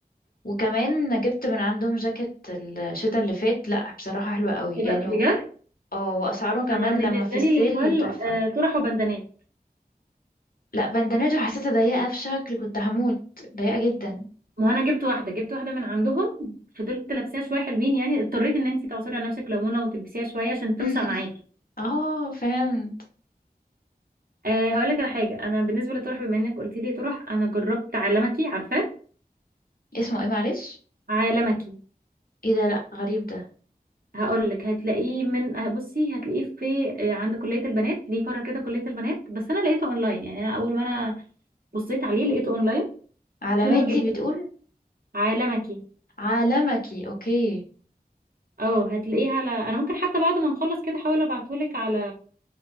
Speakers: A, on the left; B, on the right.
A: وكمان جبت من عندهم جاكيت الشتا اللي فات لا بصراحة حلوة قوي
B: ايه
A: يعني
B: ده بجد
A: و- اه واسعاره كمان
B: انا بالنسبه
A: لما في السيل
B: لي لافوال
A: تحفة
B: آه، طرح وبندانات
A: لا بندنته حسيتها ضيقة بشكل كنت هموت ضيقة جدا
B: ما هو انا جبت واحده جبت واحده من عندهم فضلت لابساها شويه حلوين يعني اضطريت ان انت تعصري على نفسك ليمونه وتلبسيها شويه عشان توسع
A: <laughs>
B: معاكي
A: اه فهمت
B: أه هقول لك على حاجه انا بالنسبه للطرح بما انك قلت لي طرح انا جربت عالمكي عارفاه
A: اسمه ايه معلش
B: عالمكي
A: ايه ده لا غريب ده
B: هقول لك هتلاقيه من بصي هتلاقيه في آه، عند كلية البنات ليه فرع كده كلية البنات بس انا لقيته اونلاين يعني انا اول ما انا بصيت عليه لقيته اونلاين
A: علاماتي
B: حلو جدا
A: بتقول
B: عالمكي
A: عالمكي اوكي
B: اه هتلاقيه على انا ممكن حتى بعد ما نخلص كده احاول ابعتهولك على